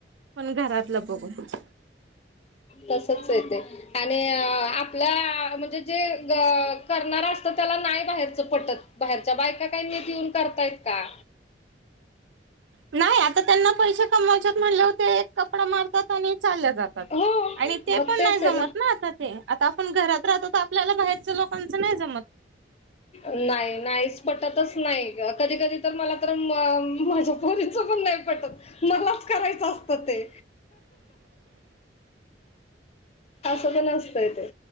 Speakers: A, on the right; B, on the left.
A: पण घरातलं बघूनच.
B: तसच येते आणि आपला म्हणजे जे, क करणार असत त्याला नाही बाहेरचं पटत. बाहेरच्या बायका काही नीट येऊन करतायत का.
A: नाही आता त्यांना पैसे कमायच म्हणले ते कपडा मारतात आणि चालले जातात.
B: हो
A: आणि ते
B: मग
A: नाही
B: तेच
A: ना
B: आहे
A: आता ते, आता आपण घरात राहतो तर आपल्याला बाहेरच लोकांचं नाही जमत.
B: नाही नाहीच पटतच नाही कधी कधी तर मला तर माझ्या पोरीच पण नाही पटत. मलाच करायचं असत ते, पण नसतय ते,